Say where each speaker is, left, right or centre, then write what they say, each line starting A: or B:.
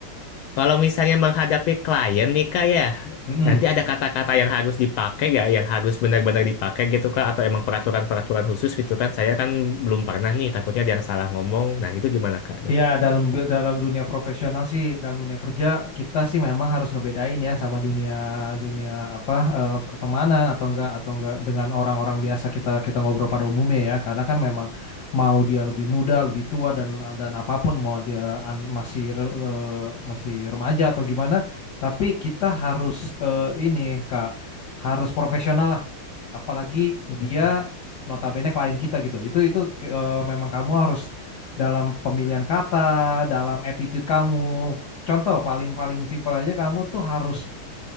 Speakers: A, on the left (about 80°); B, on the left (about 60°).
A: Kalau misalnya menghadapi klien nih Kak ya,
B: Mm-mm.
A: nanti ada kata-kata yang harus dipakai ya, yang harus benar-benar dipakai gitu Kak, atau emang peraturan-peraturan khusus gitu kan? Saya kan belum pernah nih, takutnya ada yang salah ngomong. Nah itu gimana Kak?
B: Iya, dalam dalam dunia profesional sih, dalam dunia kerja kita sih memang harus ngebedain ya sama dunia dunia apa eh, pertemanan atau enggak atau enggak dengan orang-orang biasa kita kita ngobrol pada umumnya ya. Karena kan memang mau dia lebih muda, lebih tua dan dan apapun mau dia an- masih re- le- masih remaja atau gimana, tapi kita harus eh, ini Kak harus profesional lah Apalagi dia
A: Hmm.
B: notabene klien kita gitu. Itu itu eh, memang kamu harus dalam pemilihan kata, dalam attitude kamu. Contoh paling-paling simpel aja kamu tuh harus